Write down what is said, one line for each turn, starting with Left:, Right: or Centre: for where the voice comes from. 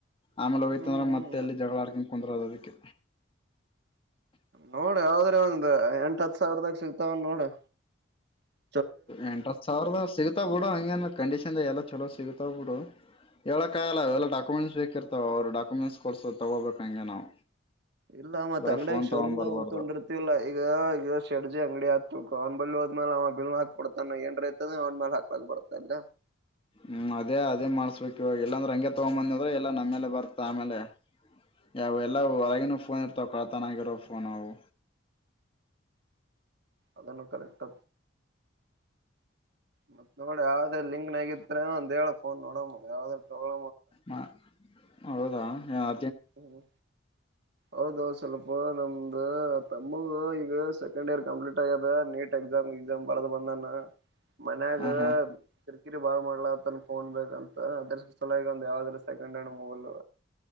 Left: ಆಮೇಲೆ ಹೋಯ್ತಂದ್ರೆ
Right: ಹ್ಮ್
Left: ಮತ್ತೆ ಎಲ್ಲಿ ಜಗಳಾಡ್ಕೊಂಡ ಕುಂದ್ರದು ಅದುಕ್ಕೆ.
Right: ನೋಡು ಯಾವದ್ರು ಒಂದ್ ಎಂಟ್ ಹತ್ ಸಾವಿರದಾಗ ಸಿಗ್ತಾವೆನ್ ನೋಡು. ಹ
Left: ಎಂಟ್ ಹತ್ ಸಾವಿರದಾಗ ಸಿಗ್ತಾವ್ ಬಿಡು ಹಂಗೆನ ಕಂಡೀಷನ್ ದಾಗೆಲ್ಲ ಚಲೋ ಸಿಗ್ತಾವ ಬಿಡು. ಹೇಳಕಾಗಲ್ಲ ಎಲ್ಲ ಡಾಕ್ಯುಮೆಂಟ್ಸ್ ಬೇರ್ಕಿತಾವ ಅವ್ರ ಡಕುಮೆಂಟ್ಸ್ ಕೊಡ್ಸೋ ತಗೋಬೇಕಂಗೆ ನಾವು.
Right: ಇಲ್ಲ ಮತ್
Left: ಬರೇ
Right: ಅಂಗಡೆಗ್
Left: ಫೋನ್
Right: ಶೋರೂಮ್ದಾಗ್
Left: ತಗೊಂಡ್ ಬರ್ಬಾರ್ದು
Right: ಹೋಗ್ ತಗೊಂಡಿರ್ತಿವಲ್ಲ ಈಗ ಈಗ ಶೆಡ್ಜಿ ಅಂಗಡಿ ಆತು ಕನ್ ಬ ಅಮೆಲೆ ಅವ ಬಿಲ್ ಹಾಕ್ ಕೊಡತಾನ ಏನರೆ ಆಯ್ತು ಅಂದ್ರೆ ಅವನ ಮೇಲೆ ಹಾಕ್ಲಾಕ್ ಬರತಲ್ಲ.
Left: ಹ್ಮ್ ಅದೇ ಅದೇ ಮಾಡ್ಸ್ಬೇಕ್ ಇವಾಗ ಇಲ್ಲಾಂದ್ರೆ ಹಂಗೆ ತಗೊಂಡ್ ಬಂದ್ರೆ ಅಂದ್ರೆ ಇಲ್ಲ ನಮ್ಮೇಲೆ ಬರ್ತ್ತ ಆಮೇಲೆ. ಯಾವೆಲ್ಲವು
Right: ಅದನ್ನು
Left: ಹೊರಗಿನವು ಫೋನ್ ಇರ್ತಾವ ಕಳ್ತಾನಗಿರೋ ಫೋನ್ ಅವು.
Right: ಅದನ್ನು ಕರೆಕ್ಟ್ ಮತ್ ನೋಡ ಯಾವ್ದ್ರ ಲಿಂಕ್ ನಗಿತ್ ಒಂದ ಹೇಳ ಫೋನ್ ನೋಡಮ್ಮ ಯಾವ್ದ್ರ ತಗೋ
Left: ಹ ಹೌದಾ ಯಾವಾ
Right: ಹ್ಮ ಹೌದೌದು ಸ್ವಲ್ಪ ಒ ನಮ್ದು ತಮ್ಮವು ಈಗ ಸೆಕೆಂಡ್ ಇಯರ್ ಕಂಪ್ಲೀಟ್ ಆಗದ ನೀಟ್ ಎಕ್ಸಾಮ್ ಗಿಕ್ಸಾಮ್. ಬರದು ಬಂದಾನ ಮನ್ಯಾಗ.
Left: ಹಾ ಹಾ
Right: ಿರಿ ಬಾ <unintelligible> ಮಾಡಲತನ್ ಫೋನ್ ಬೇಕ ಅಂತ ಅದ್ರ ಸಲಾಗಿ ಒಂದ್ ಯಾವ್ದಾದ್ರ. Second hand mobile.